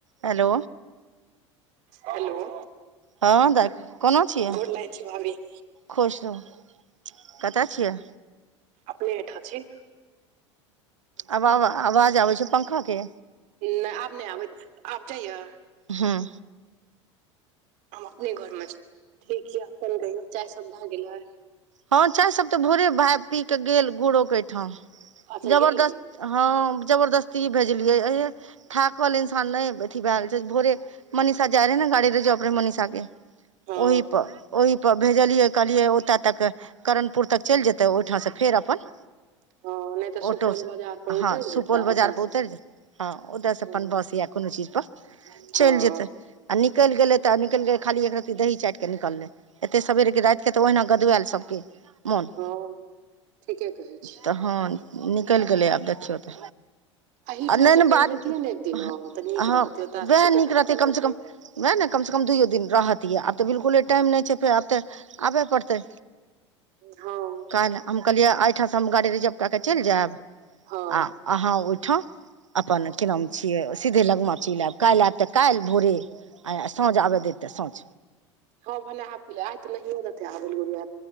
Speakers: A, on the right; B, on the right.
A: Hello
B: hello.
A: हँ दाइ कोना छियै
B: गोर लागैय छी भाभी।
A: खुश रहू कतऽ छियै।
B: अपने एहिठां छी।
A: अबाबा आवाज आबै छौ पंखा के।
B: नय आब नय आबै, आब जाइया।
A: हूॅं।
B: हम अपने घरमे छी ठीक ये अपन कहियो चाय सब भए गेलए।
A: हाॅं चाय सब त भोरे भाय पी के गेल गुरोक अयठाम
B: अच्छा
A: जबरदस्त
B: गेल
A: हाॅं जबरदस्ती भेजलियै एहे थाकल इन्सान नय अथी भैऽ गेल छैय, भोरे मनीषा जाइ रहै ने गाड़ीे रिजर्व रहै मनीषा के।
B: हँ
A: ओहि पर ओहि पर भेजलियै कहलियै ओतय तके करणपुर तक चइल जेतै ओहिठामसँ फेर अपन
B: हँ नहि तऽ सुपौल
A: ऑटो से
B: बाजार पर
A: हाॅं
B: उतरि
A: सुपौल
B: जेतै
A: बजार
B: ओतय
A: पर उतरि
B: से
A: जे हाॅं ओते से अपन
B: हँ
A: बस या कोनो चीज पर चइल
B: हँ
A: जेतै। आ निकैल गेलै त निकैल गेलै खाली एक रत्ती दही चाइट क निकललै। एते सबेरेके राइतके त ओहिना गदवैल सबके मन
B: हँ ठीके कहै छी
A: त हाॅं निकैल गेलै आब देखियौ त।
B: एहिठाम
A: आ मेन
B: से चलि
A: बाद
B: जैतियै ने एक दिना
A: हँ
B: तऽ नीक
A: हाॅं
B: रहतै ओतय
A: वएह
B: ठीके
A: नीक
B: थाकल
A: रहतै कम
B: हेतै
A: से कम वएह ने कमसँ कम दुइयो दिन रहतियै आब त बिल्कुले टाइम नहि छैय फेर आब त आबैय पड़तै।
B: हाॅं।
A: काल्हि हम कहलियै एहिठाम स हम गाड़ी रिजर्व कए क चइल जायब
B: हँ
A: आ अहाँ ओयठाम अपन की नाम छियै, सीधे लगमा चेइल एब काल्हि आब। त काल्हि भोरे आ साँझ आबय देत त साँझ।
B: हाॅं भने आबै गेलैऽ आयत ने हिहाँतथ आबेलगुड़िया।